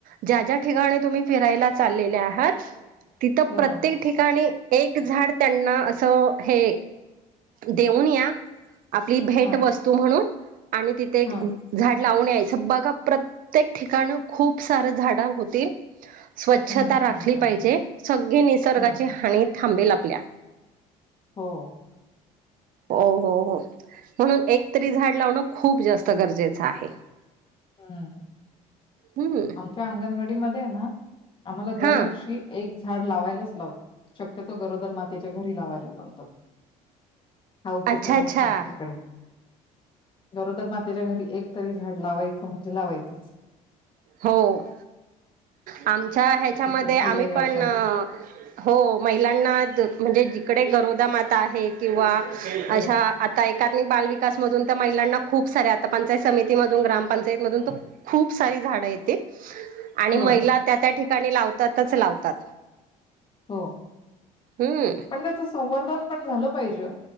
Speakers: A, on the right; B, on the left.
A: ज्या ज्या ठिकाणी तुम्ही फिरायला चाललेल्या आहात तिथं
B: हो.
A: प्रत्येक ठिकाणी एक झाड त्यांना असं हे देऊन या. आपली भेट
B: हां,
A: वस्तू म्हणून आणि तिथे एक
B: हां.
A: झाड लावून यायचं बघा प्रत्येक ठिकाण खूप सार झाड होतील स्वच्छता
B: हं,
A: राखली
B: हं, हं.
A: पाहिजे सगळी निसर्गाची
B: हं.
A: हानी थांबेल आपल्या
B: हो
A: हो हो हो म्हणून एकतरी झाड लावणं खूप जास्त गरजेचं आहे.
B: हम्म
A: हम्म
B: आमच्या अंगणवाडी मध्ये आहे ना आम्हाला दरवर्षी
A: हा
B: एक झाड लावायलाच लावतं शक्यतो गरोदर मातेच्या घरी लावायला लावतात. हा उपक्रम
A: अच्छा अच्छा
B: असतो आमच्याकडे. गरोदर मातेच्या घरी एकतरी झाड लावायचं म्हणजे लावायचंच.
A: हो आमच्या हेच्यामध्ये
B: म्हणजे ती
A: आम्ही
B: तिलाही आठवण
A: पण हो महिलांना म्हणजे जिकडे गरोदा माता आहे किंवा
B: हो
A: अशा आता एकात्मिक बाल विकासमधून तर महिलांना खूप सारे आता पंचायत समितीमधून, ग्रामपंचायत मधून तर खूप सारी झाड येते आणि
B: हो
A: महिला त्या त्या ठिकाणी लावतातच लावतात.
B: हो
A: हम्म
B: पण त्याच संवर्धन पण झालं पाहिजे ओ